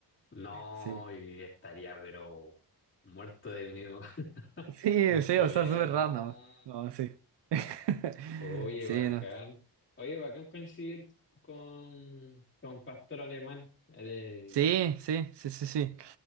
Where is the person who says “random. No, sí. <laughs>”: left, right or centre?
Right